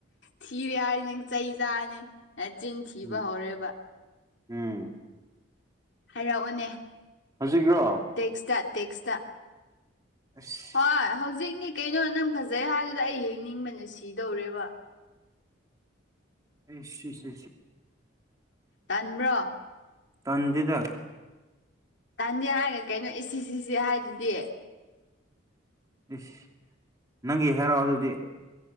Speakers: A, on the left; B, on the right.
A: ꯊꯤꯔꯦ ꯍꯥꯏꯅꯤ ꯅꯪ ꯆꯩ ꯆꯥꯅꯤ ꯑꯦ ꯆꯤꯡ ꯊꯤꯕ
B: ꯎꯝ
A: ꯍꯧꯔꯦꯕ
B: ꯎꯝ
A: ꯍꯥꯏꯔꯛꯑꯣꯅꯦ
B: ꯍꯧꯖꯤꯛ꯭ꯔꯣ
A: ꯇꯦꯛꯁꯇ ꯇꯦꯛꯁꯇ
B: ꯑꯁ
A: ꯍꯣꯏ ꯍꯧꯖꯤꯛꯅꯦ ꯀꯩꯅꯣ ꯅꯪ ꯐꯖꯩ ꯍꯥꯏꯗꯨꯗ ꯑꯩ ꯍꯡꯅꯤꯡꯕꯅ ꯁꯤꯗꯧꯔꯦꯕ
B: ꯑꯁ
A: ꯇꯟꯕ꯭ꯔꯣ
B: ꯇꯥꯟꯗꯗ
A: ꯇꯥꯟꯗꯦ ꯍꯥꯏꯔꯒ ꯀꯩꯅꯣ ꯏꯁꯤ ꯁꯤꯁꯤ ꯍꯥꯏꯗꯨꯗꯤ
B: ꯏꯁ ꯅꯪꯒꯤ ꯍꯥꯏꯔꯥꯎ ꯑꯗꯨꯗꯤ